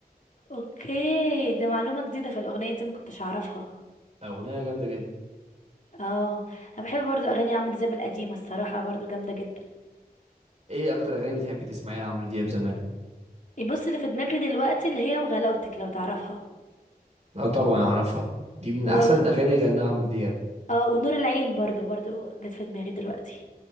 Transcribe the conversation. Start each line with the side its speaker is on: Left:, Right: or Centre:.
Left: اوكي دي معلومة جديدة في الأغنية دي ما كنتش أعرفها
Right: اغنية جامدة جدا
Left: اه انا بحب برضو اغاني عمرو دياب القديمه الصراحه برضو جامده جدا
Right: ايه اكتر اغاني بتحب تسمعيها لعمرو دياب زمان
Left: إيه، بص اللي في دماغي دلوقتي اللي هي وغلاوتك لو تعرفها
Right: اه طبعا اعرفها دي من
Left: و...
Right: احسن
Left: و...
Right: الاغاني اللي غناها عمرو دياب
Left: اه ونور العين برضو برضو جت في دماغي دلوقتي